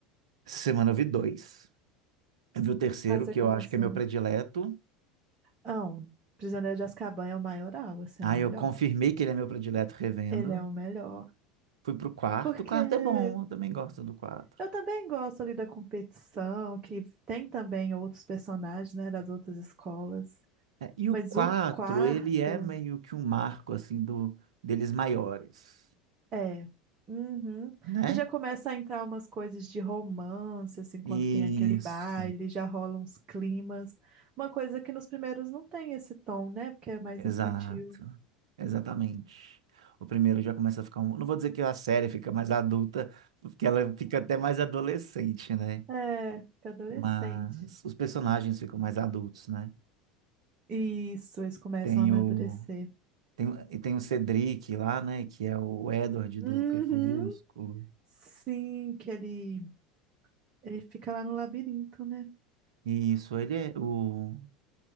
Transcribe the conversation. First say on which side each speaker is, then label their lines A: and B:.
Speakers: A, on the right; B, on the right.
A: essa semana eu vi dois. Eu vi o terceiro,
B: Ah, você
A: que
B: começou.
A: eu acho que é meu predileto.
B: Não, Prisioneiro de Azkaban é o maioral, assim,
A: Aí
B: é o melhor.
A: eu confirmei que ele é meu predileto revendo.
B: Ele é o melhor.
A: Fui pro quarto.
B: Porque
A: O quarto é bom, eu também gosto do quarto.
B: Eu também gosto ali da competição, que tem também outros personagens, né, das outras escolas.
A: É, e
B: Mas
A: o 4
B: o quarto
A: ele é meio que um marco, assim, do, deles maiores,
B: é. Uhum.
A: né?
B: Que já começa a entrar umas coisas de romance, assim, quando
A: Isso,
B: tem aquele baile, já rolam uns climas. Uma coisa que nos primeiros não tem esse tom, né? Porque é mais
A: exato,
B: infantil.
A: exatamente. O primeiro já começa a ficar um... Não vou dizer que a série fica mais adulta, porque ela fica até mais adolescente, né?
B: É, é, fica adolescente.
A: Mas os personagens ficam mais adultos, né?
B: Isso, eles começam
A: Tem
B: a amadurecer.
A: o... Tem, e tem o Cedric lá, né? Que é o Edward
B: Uhum.
A: do Crepúsculo.
B: Sim, que ele, ele fica lá no labirinto, né?
A: Isso, ele é o...